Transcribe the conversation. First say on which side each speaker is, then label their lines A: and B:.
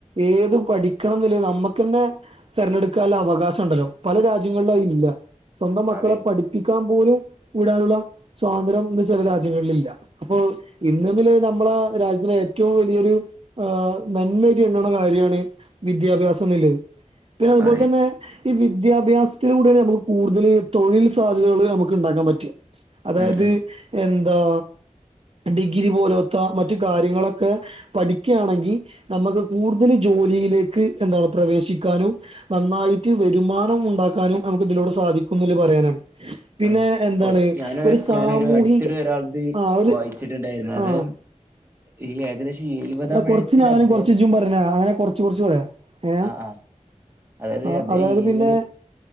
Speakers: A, on the right (about 50°); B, on the right (about 20°).
A: ഏത് പഠിക്കണം ന്നുള്ളത് നമ്മക്കന്നെ തെരഞ്ഞെടുക്കാള്ള അവകാശ ണ്ടല്ലോ പല രാജ്യങ്ങളുംഅയില്ല സ്വന്തം മക്കളെ
B: അതെ
A: പഠിപ്പിക്കാം പോലും വിടാനുള്ള സ്വാതന്ത്ര്യം ഇന്ന് ചെല രാജ്യങ്ങളില്ല അപ്പൊ ഇന്നതില് നമ്മള രാജ്യത്തിന് ഏറ്റവും വലിയൊരു ആഹ് നല്ല ജ്ണ് ണ കാര്യാണ് വിദ്യാഭ്യാസം ന്ന്ല്ലത് പിന്നെ അതുപോലെ
B: അതെ
A: തന്നെ ഈ വിദ്യാഭ്യാസത്തിലൂടെ ഞമ്മക് കൂടുതൽ തൊഴിൽ സാധ്യതകൾ നമ്മക്ക് ഉണ്ടാക്കാൻ പറ്റ അതായത്
B: ഉം ഉം
A: എന്താ ഡിഗ്രി പോലാേത്ത മറ്റ് കാര്യങ്ങളൊക്കെ പഠിക്കാണെങ്കി നമ്മക്ക് കൂടുതൽ ജോലിലേക്ക് എന്താണ് പ്രവേശിക്കാനും നന്നായിട്ട് വെരുമാനം ഉണ്ടാക്കാനും നമുക്ക് ഇതിലൂടെ സാധിക്കുംല് പറയാനാണ് പിന്നെ
B: അതെ
A: എന്താണ്
B: ഇപ്പൊ ഞാന്
A: ഒരു സാമൂഹിക
B: ഞാനൊരു അട്ത്തിടെ ഒരാളത്
A: ആ ഒരു
B: വായിച്ച്ട്ട് ണ്ടായിരുന്നത്
A: ആ
B: ഈ ഏകദേശം എഴുപതാം
A: എടാ കൊർച്ച്
B: വയസ്സിൽ
A: ഞാനും
B: അദ്ദേഹം
A: കൊർച്ച് ഇജും പറഞ്ഞ അങ്ങനെ കൊർച്ച് കൊർച്ച് പറയാ ഏ..
B: ആ ആ അതായത്
A: ആഹ്
B: അദ്ദേഹം
A: അതായത്
B: എഴുപത്
A: പിന്നെ